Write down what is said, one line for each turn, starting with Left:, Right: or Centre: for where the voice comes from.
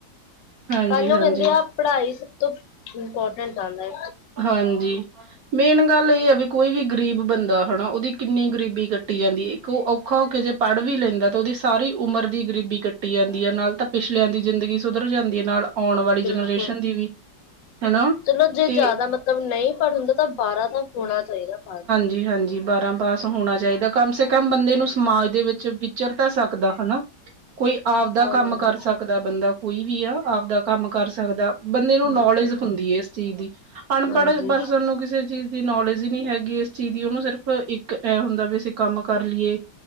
Right: ਹਾਂਜੀ
Left: ਤਾਂ ਈ
Right: ਹਾਂਜੀ
Left: ਕੈਂਦੇ ਆ ਪੜਾਈ ਸਭ ਤੋਂ ਇੰਮਪੋਟੈਂਟ ਆਂਦਾ
Right: ਹਾਂਜੀ। ਮੇਨ ਗੱਲ ਏ ਆ ਵੀ ਕੋਈ ਵੀ ਗ਼ਰੀਬ ਬੰਦਾ ਹਨਾ ਉਦੀ ਕਿੰਨੀ ਗ਼ਰੀਬੀ ਕੱਟੀ ਜਾਂਦੀ ਏ ਕ ਔਖਾ ਹੋ ਕੇ ਜੇ ਪੜ ਵੀ ਲੈਂਦਾ ਤਾਂ ਉਦੀ ਸਾਰੀ ਉਮਰ ਦੀ ਗ਼ਰੀਬੀ ਕੱਟੀ ਜਾਂਦੀ ਐ ਨਾਲ ਤਾਂ ਪਿਛਲਿਆਂ ਦੀ ਜ਼ਿੰਦਗੀ ਸੁਧਰ ਜਾਂਦੀ ਐ ਨਾਲ ਆਉਣ ਵਾਲੀ
Left: ਬਿਲਕੁਲ
Right: ਜਨਰੇਸ਼ਨ ਦੀ ਵੀ, ਹਨਾ।
Left: ਚਲੋ ਜੇ
Right: ਤੇ
Left: ਜਿਆਦਾ ਮਤਲਬ ਨਈ ਪੜ ਹੁੰਦਾ ਤਾਂ ਬਾਰਾਂ ਤਾਂ ਹੋਣਾ ਚਾਈਦਾ ਪਾ
Right: ਜੀ ਹਾਂਜੀ ਬਾਰਾਂ ਪਾਸ ਹੋਣਾ ਚਾਈਦਾ ਕਮ ਸੇ ਕਮ ਬੰਦੇ ਨੂੰ ਸਮਾਜ ਦੇ ਵਿੱਚ ਵਿਚਰ ਤਾਂ ਸਕਦਾ ਹਨਾ। ਕੋਈ ਆਪਦਾ
Left: ਹਾਂਜੀ
Right: ਕੰਮ ਕਰ ਸਕਦਾ ਬੰਦਾ ਕੋਈ ਵੀ ਆ ਆਪਦਾ ਕੰਮ ਕਰ ਸਕਦਾ। ਬੰਦੇ ਨੂੰ ਨੌਲੇਜ
Left: ਬਿਲਕੁਲ
Right: ਹੁੰਦੀ ਏ ਇਸ ਚੀਜ਼ ਦੀ ਅਨਪੜ
Left: ਹਾਂਜੀ
Right: ਪਰਸਨ ਨੂੰ ਕਿਸੇ ਚੀਜ਼ ਦੀ ਨੌਲੇਜ ਜੀ ਨੀ ਹੈਗੀ ਏਸ ਚੀਜ਼ ਦੀ ਉਨੂੰ ਸਿਰਫ਼ ਇੱਕ ਐ ਹੁੰਦਾ ਵੀ ਅਸੀਂ ਕੰਮ ਕਰ ਲੀਏ।